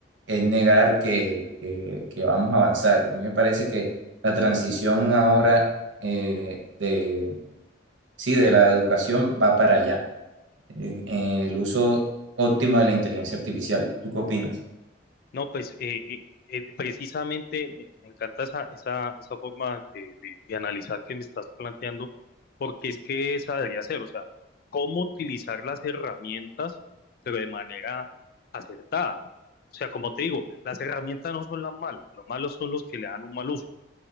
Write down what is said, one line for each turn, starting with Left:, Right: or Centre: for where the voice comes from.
Right: es negar que, que- que vamos a avanzar. A mí me parece que la transición ahora eh, de, sí, de la educación va para allá, en- en el uso óptimo de la inteligencia artificial. ¿Tú qué opinas?
Left: No, pues eh, eh, eh, precisamente me me encanta esa, esa, esa forma de, de- de analizar que me estás planteando, porque es que esa debería ser, o sea, cómo utilizar las herramientas, pero de manera acertada. O sea, como te digo, las herramientas no son las malas, los malos son los que le dan un mal uso.